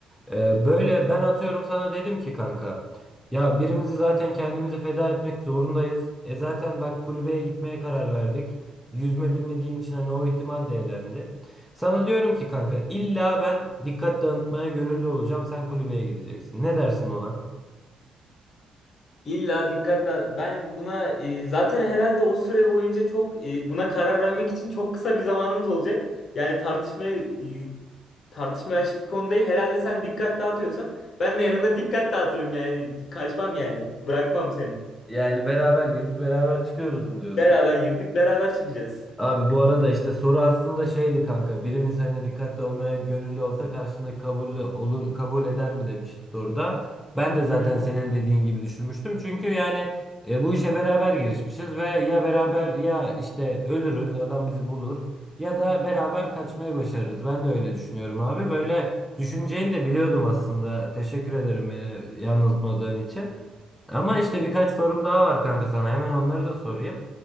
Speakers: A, in the centre; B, on the left.
A: E, böyle ben atıyorum sana dedim ki kanka ya birimizi zaten kendimizi feda etmek zorundayız. E zaten bak kulübeye gitmeye karar verdik. Yüzme bilmediğim için hani o ihtimal de elendi. Sana diyorum ki kanka illa ben dikkat dağıtmaya gönüllü olacağım. Sen kulübeye gideceksin. Ne dersin ona?
B: İlla dikkatle ben buna e, zaten herhalde o süre boyunca çok e, buna karar vermek için çok kısa bir zamanımız olacak. Yani tartışmaya e, tartışmaya açık bir konu değil. Herhalde sen dikkat dağıtıyorsan ben de yanında dikkat dağıtırım yani kaçmam yani bırakmam seni.
A: Yani beraber girdik beraber çıkıyoruz mu diyorsun?
B: Beraber girdik beraber çıkacağız.
A: Abi bu arada işte soru aslında şeydi kanka. Birimiz hani dikkatli olmaya gönüllü olsa karşındaki kabul olur kabul eder mi demişti soruda. Ben de zaten
B: Hı hı.
A: senin dediğin gibi düşünmüştüm. Çünkü yani e, bu işe beraber girişmişiz ve ya beraber ya işte ölürüz adam bizi bulur ya da beraber kaçmayı başarırız. Ben de öyle düşünüyorum abi. Böyle düşüneceğini de biliyordum aslında. Teşekkür ederim beni yanıltmadığın için. Ama işte birkaç sorum daha var kanka sana. Hemen onları da sorayım.